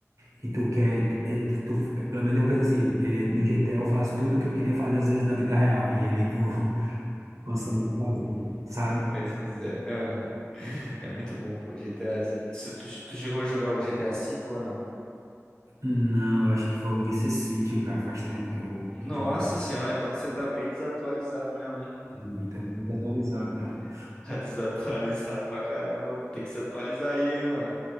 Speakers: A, on the right (about 75°); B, on the left (about 15°).
A: que tu quer. É, tu, tu- é, pelo menos eu penso assim, é, no GTA eu faço tudo que eu queria fazer às vezes na vida real. E ali tu <laughs> consegue fazer, sabe?
B: pois é. <laughs> aham. É muito bom, pô, GTAzinho. Tu, tu- tu chegou a jogar o GTA V ou não?
A: Não, eu acho que foi o Vice City, cara. Faz tempo que eu,
B: Nossa
A: que eu joguei.
B: senhora, então você tá bem desatualizado mesmo, hein?
A: Sim, tá bem desatualizado, cara.
B: <laughs> Tá desatualizado pra caramba. Tem que se atualizar aí, hein, mano.